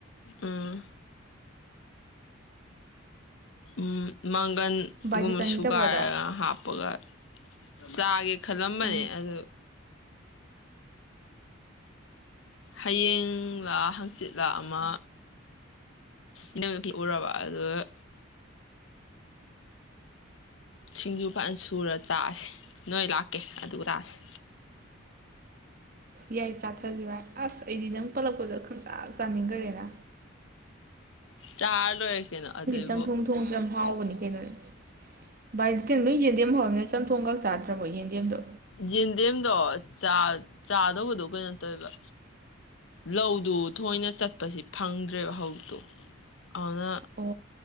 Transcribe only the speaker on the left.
ꯎꯝ ꯎꯝ ꯃꯥꯡ
ꯀꯟꯒꯨꯝꯕ
ꯁꯨꯒꯥꯏꯔꯒ
ꯍꯥꯞꯄꯒ ꯆꯥꯒꯦ ꯈꯜꯂꯝꯕꯅꯦ
ꯑꯗꯨ ꯍꯌꯦꯡꯡꯂꯥ ꯍꯥꯡꯆꯤꯠꯂꯥ ꯑꯃ ꯏꯅꯝꯅꯀꯤ ꯎꯔꯕ ꯑꯗꯨꯒꯥ ꯁꯤꯡꯖꯨꯄꯥꯥꯟ ꯁꯨꯔ ꯆꯥꯥꯁꯦ ꯅꯣꯏ ꯂꯥꯛ ꯀꯦ ꯑꯗꯨꯒ ꯆꯥꯁꯤ
ꯆꯥꯔ ꯂꯣꯏꯔ ꯀꯅꯣ ꯑꯗꯨꯏꯕꯨ
ꯌꯦꯟꯗꯦꯝꯗꯣ ꯆꯥꯏ ꯆꯥꯗꯧꯕꯗꯣ ꯀꯩꯅꯣ ꯇꯧꯋꯦꯕ ꯂꯧꯗꯨ ꯊꯣꯏꯅ ꯆꯠꯄꯁꯤ ꯐꯪꯗ꯭ꯔꯦꯕ ꯍꯧꯇꯨ ꯑꯣꯏꯅꯥ